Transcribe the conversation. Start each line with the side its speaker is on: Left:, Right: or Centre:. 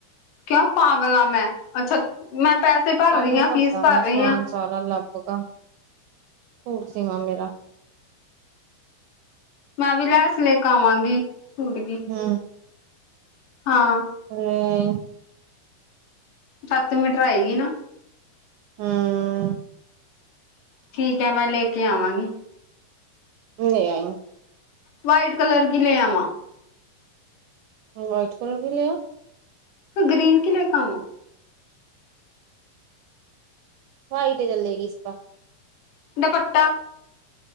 Left: ਕੇਆ ਪਾਗਲਾਾਂ ਆਂ ਮੈਂ। ਅੱਛਾ, ਮੈਂ ਪੈਸੇ ਭਰ
Right: ਕੱਲ
Left: ਰਈ
Right: ਨੂੰ
Left: ਆਂ
Right: ਕੱਢਾ
Left: ਫੀਸ ਭਰ
Right: ਮੈਂ ਸਮਾਨ
Left: ਰਈ ਆਂ
Right: ਸਾਰਾ ਲੱਭ ਗਾ ਸੂਟ ਸੀਵਾਂ ਮੇਰਾ
Left: ਮੈਂ ਵੀ ਲੈਸ ਲੇਕਾਵਾਂਗੀ ਸੂਟ ਦੀ
Right: ਹੂ।
Left: ਹਾਂ।
Right: <unintelligible>
Left: ਸੱਤ ਮੀਟਰ ਆਏਗੀ ਨਾ।
Right: ਹੂੰ।
Left: ਠੀਕ ਐ ਮੈਂ ਲੇ ਕੇ ਆਵਾਂਗੀ।
Right: ਲੇ ਆਈਂ।
Left: ਵਾਈਟ ਕਲਰ ਕੀ ਲੇ ਆਵਾਂ?
Right: ਵਾਈਟ ਕਲਰ ਦੀ ਲੇ ਆ।
Left: ਗ੍ਰੀਨ ਕਿ ਲ ਆਵਾਂ
Right: ਵਾਈਟ ਚਲੇਗੀ ਈਸ ਪਾ
Left: ਡੀਪਟਾ